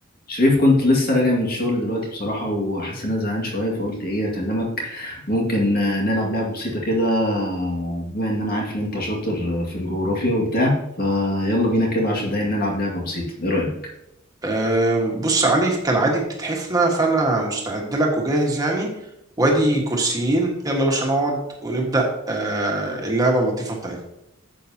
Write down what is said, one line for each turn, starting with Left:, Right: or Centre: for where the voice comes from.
Left: شريف كنت لسه راجع من الشغل دلوقتي بصراحة وحاسس إن أنا زهقان شوية فقلت إيه أكلمك ممكن آه، نلعب لعبة بسيطة كده آه، بما إن أنا عارف إن أنت شاطر آه، في الجغرافيا وبتاع فيلا بينا كده عشر دقايق نلعب لعبة بسيطة إيه رأيك؟
Right: أه بص يا علي كالعادي بتتحفنا فأنا مستعد لك وجاهز يعني وادي كرسيين يلا يا باشا نقعد ونبدأ أه اللعبة اللطيفة بتاعتنا